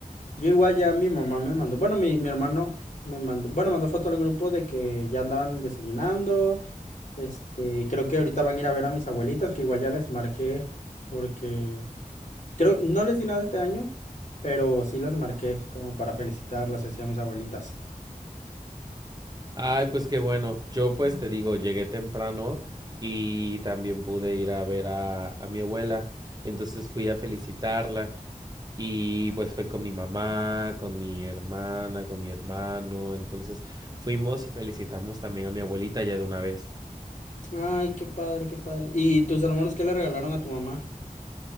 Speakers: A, on the left (about 60°); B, on the right (about 25°).
A: Yo igual ya mi mamá me mandó, bueno, mi, mi hermano me mandó, bueno, mandó foto al grupo de que ya andaban desayunando. Este, creo que ahorita van a ir a ver a mis abuelitas, que igual ya les marqué porque creo no les di nada este año, pero sí las marqué como para felicitarlas así a mis abuelitas.
B: Ay, pues qué bueno. Yo pues te digo, llegué temprano y también pude ir a ver a, a mi abuela. Entonces fui a felicitarla Y pues fue con mi mamá, con mi hermana, con mi hermano. Entonces fuimos y felicitamos también a mi abuelita ya de una vez.
A: Ay, qué padre, qué padre. ¿Y tus hermanos qué le regalaron a tu mamá?